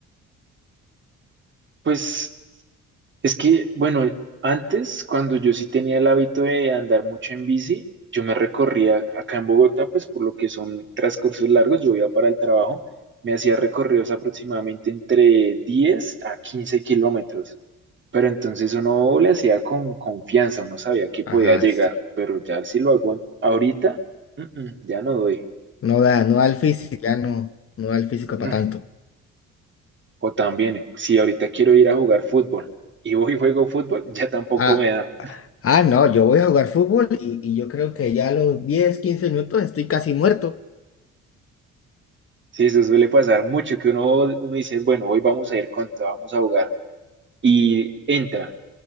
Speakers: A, on the right (about 40°); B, on the left (about 50°).
A: Pues es que, bueno, antes, cuando yo sí tenía el hábito de andar mucho en bici, yo me recorría acá en Bogotá, pues por lo que son transcursos largos, yo iba para el trabajo, me hacía recorridos aproximadamente entre 10 a 15 kilómetros. Pero entonces uno le hacía con confianza, uno sabía que podía
B: ajá,
A: llegar,
B: sí.
A: pero ya si lo hago ahorita, mm, mm, ya no doy.
B: No da, no da el físico, ya no, no da el físico
A: No.
B: para tanto.
A: O también, si ahorita quiero ir a jugar fútbol y voy y juego fútbol, ya tampoco
B: Ah,
A: me da.
B: ah, no, yo voy a jugar fútbol y, y yo creo que ya a los 10 15 minutos estoy casi muerto.
A: Sí, eso suele pasar mucho, que uno, uno dice, bueno, hoy vamos a ir con todo, vamos a jugar. Y entra,